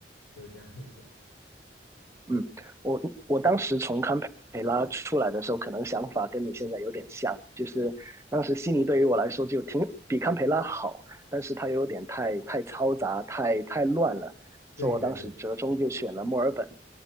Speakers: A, on the left (about 80°); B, on the right (about 15°).
A: 就是这样子。
B: 嗯，我我当时从堪培拉出来的时候，可能想法跟你现在有点像，就是当时悉尼对于我来说就挺比堪培拉好，但是它有点太太嘈杂，太太乱了，
A: <laughs> 对对对对，
B: 所以我当时折中就选了墨尔本。